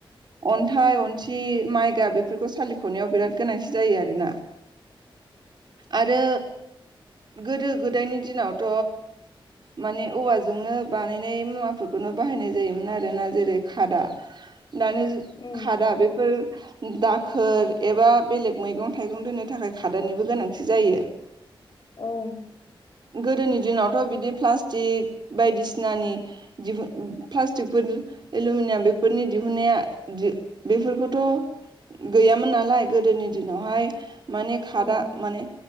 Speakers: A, on the right; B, on the left.
A: अन्थाय अनथि माय बेफोरखौ सालिखनायाव बिराद गोनांथि जायो आरोना आरो गोदो गोदोनि दिनावथ माने औवाजोंनो बानायनाय मुवाफोरखौनो बाहायनाय जायोमोन आरोना जेरै खादा नानि
B: उम
A: खादा बेफोर दा खोर एबा बेलेग मैगं थाइगं दोननो थाखाय खादानिबो गोनांथि जायो
B: ओं
A: गोदोनि दिनावथ' बिदि प्लास्टिक बायदिसिनानि दिहुन प्लास्टिकफोर एलमिनियाम बेफोरनि दिहुननाया बेफोरखौथ' गैयामोन नालाय गोदोनि दिनावहाय माने खादा
B: उम
A: माने